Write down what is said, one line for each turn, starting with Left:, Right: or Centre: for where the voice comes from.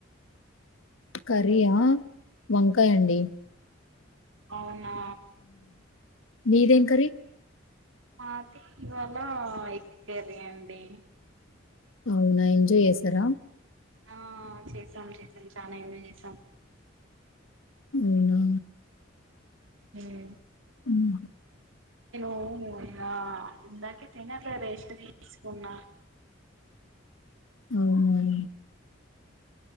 Left: కర్రీ ఆ వంకాయండి
Right: అవునా
Left: మీదేం కర్రీ?
Right: మాది ఇవాళ ఎగ్ కర్రీ అండి
Left: అవునా ఎంజాయ్ చేసారా
Right: ఆ చేసాం చేసాం చనా ఎంజాయ్ చేసాం
Left: అవునా!
Right: నేనూ
Left: హ్మ్.
Right: అవునునవును ఆ ఇందాక తిని అట్లా రెస్ట్ తీసుకున్న
Left: అవునునవును